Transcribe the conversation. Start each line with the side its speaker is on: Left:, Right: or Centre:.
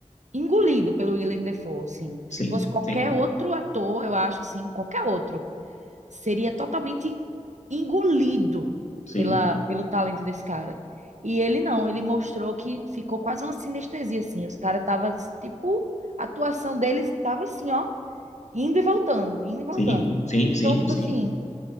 Right: engolido pelo Willem Dafoe, assim. Se
Left: sim,
Right: fosse qualquer
Left: sim,
Right: outro ator, eu acho assim, qualquer outro, seria totalmente engolido
Left: sim,
Right: pela, pelo talento desse cara. E ele não, ele mostrou que ficou quase uma sinestesia, assim. Os caras tava, tipo, a atuação deles tava assim, ó, indo e voltando, indo e voltando.
Left: sim, sim, sim,
Right: Então, tipo
Left: sim,
Right: assim,